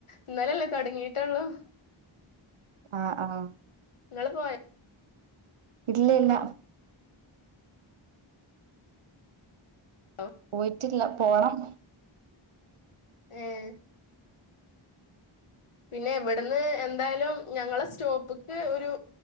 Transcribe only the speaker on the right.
ആഹ് ആഹ്
ഇല്ലല്ല
പോയിട്ടില്ല പോണം